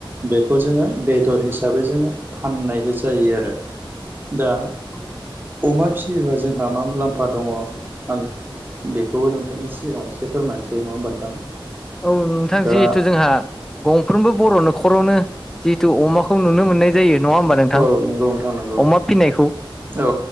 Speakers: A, on the right; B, in the centre.
A: बेखौ जोङो बेदर हिसाबै जोङो फाननायबो जायो आरो। दा
B: औ
A: अमा फिसियोबा जोंहा मा मुलाम्फा दङ आं बेखौबो नोंथांनि सिगाङाव एसे फोरमायनोसै नङा होनबा नोंथां?
B: औ नोंथां
A: दा
B: जिहेथु जोंहा गंफ्रोमबो बर'नो न'खरावनो जिहेतु अमाखौ नुनो मोननाय जायो। नङा होमबा नोंथां
A: औ नंगौ नोंथां नंगौ
B: अमा फिनायखौ?
A: औ